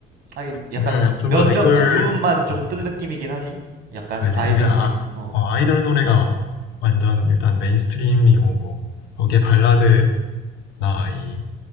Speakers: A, on the right (about 60°); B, on the left (about 75°).
A: 하긴 약간
B: 우리나라
A: 몇몇
B: 좀 더 아이돌,
A: 그룹만 좀
B: 아,
A: 뜬 느낌이긴 하지. 약간
B: 그지.
A: 아이돌
B: 우리나라,
A: 느낌.
B: 아,
A: 어.
B: 어, 아이돌 노래가 완전 일단 메인 스트림이고, 뭐, 거기에 발라드나 이